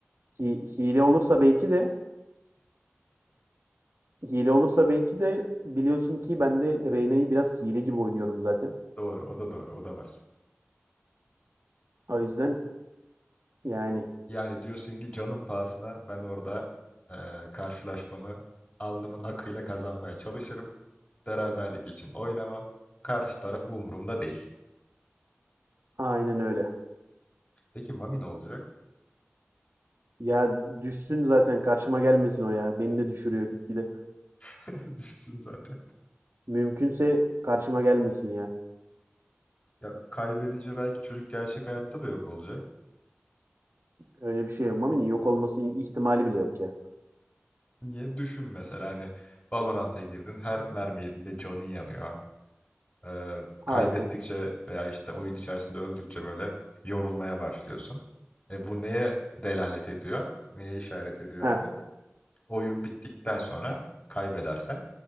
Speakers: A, on the right; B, on the left.
A: Hi- hile olursa belki de hile olursa belki de biliyorsun ki ben de Reyna'yı biraz hile gibi oynuyorum zaten.
B: Doğru, o da doğru, o da var.
A: O yüzden yani
B: Yani diyorsun ki canın pahasına ben orada e, karşılaşmamı alnımın akıyla kazanmaya çalışırım. Beraberlik için oynamam. Karşı taraf umurumda değil.
A: aynen öyle.
B: Peki Mami ne olacak?
A: Ya düşsün zaten karşıma gelmesin o ya. Beni de düşürüyor gitgide.
B: <laughs> Düşsün zaten.
A: Mümkünse karşıma gelmesin ya.
B: Ya kaybedince belki çocuk gerçek hayatta da yok olacak.
A: Öyle bir şey yok. Mami'nin yok olması ihtimali bile yok ya.
B: Niye? Düşün mesela hani Valorant'a girdin her mermi yediğinde canın yanıyor. Ee, kaybettikçe
A: Harika.
B: veya işte oyun içerisinde öldükçe böyle yorulmaya başlıyorsun. E, bu neye delalet ediyor? Neye işaret ediyor
A: Ha.
B: abi? Oyun bittikten sonra kaybedersen